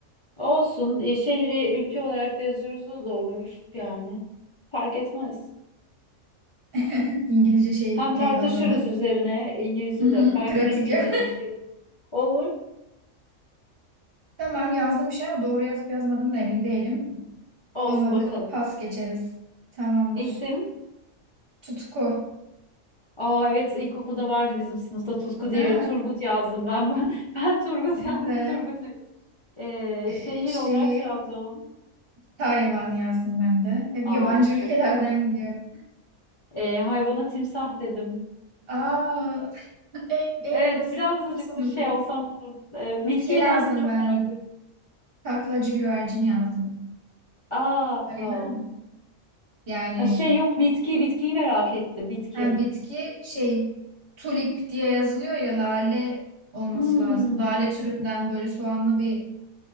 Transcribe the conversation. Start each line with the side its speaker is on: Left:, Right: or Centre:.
Left: Olsun. E, Şehri ülke olarak da yazıyoruz o da olur yani. Fark etmez.
Right: <laughs> İngilizce şey
Left: Hem tartışırız
Right: neydi onun adı?
Left: üzerine İngilizce
Right: Hı hı,
Left: de. Belki
Right: pratik
Left: benim bilmediğim
Right: ya.
Left: şeydi. Olur.
Right: <laughs> Tamam yazdım bir şey ama doğru yazıp yazmadım da emin değilim.
Left: Olsun
Right: Olmadı
Left: bakalım.
Right: pas geçeriz. Tamamdır.
Left: İsim?
Right: Tutku.
Left: Aa evet ilkokulda vardı bizim sınıfta Tutku diye
Right: Ha,
Left: bir Turgut yazdım ben. <laughs> Ben Turgut
Right: <laughs> Güzel.
Left: yazdım. Turgut Bey. Ee,
Right: Ee,
Left: şehir
Right: şeyi
Left: olarak Trabzon.
Right: Tayvan yazdım ben de. Hep
Left: Aa
Right: yabancı
Left: çok
Right: ülkelerden
Left: iyi.
Right: gidiyorum.
Left: Ee, hayvana timsah dedim.
Right: Aa, <laughs> en, en
Left: Evet
Right: basit
Left: birazcık
Right: sanatırım.
Left: da şey olsam olur. Evet, bitkiye
Right: Şey yazdım
Left: ne yazdın çok
Right: ben.
Left: merak ediyorum.
Right: Taklacı güvercin yazdım.
Left: Aa,
Right: Sayılır mı? Yani
Left: aa. şey yok bitki bitkiyi merak ettim bitki.
Right: hem bitki şey tulip diye yazılıyor ya lale olması
Left: Hmm.
Right: lazım. Lale türünden böyle soğanlı bir